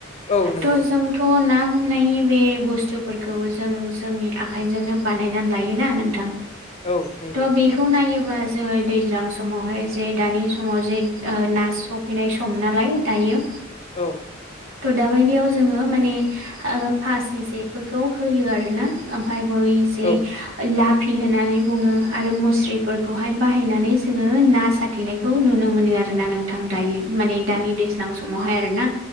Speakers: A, on the left (about 35°); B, on the right (about 80°).
A: औ नंगौ
B: थह जों थ' ना हमनायनि बे बुस्थुफोरखौ जों जोंनि आखाइजोंनो बानायनानै लायोना नोंथां।
A: औ औ नंगौ औ नंगौ
B: तह बे खौ नायोबा जोङो दैज्रां समावहाय जे दानि समाव जे ओ ना स फैनाय सम नालाय दायो।
A: औ।
B: थ' दाबायदियाव जोङो माने ओ फासि जेफोरखौ होयो आरोना। ओमफ्राय बै जे
A: औ
B: लाभ फि होनानै बुङो आरो मुस्रिफोरखौहाय बाहायनानै जोङो ना साथेनायखौ नुनो मोनो आरोना नों थां दायो माने दानि दैज्लां समावहाय आर ना